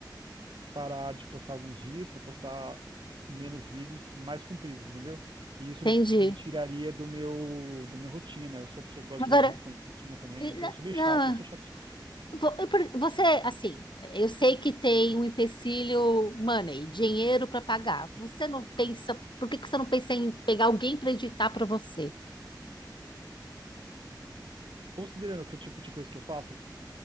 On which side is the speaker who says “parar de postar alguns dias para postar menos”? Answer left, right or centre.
Right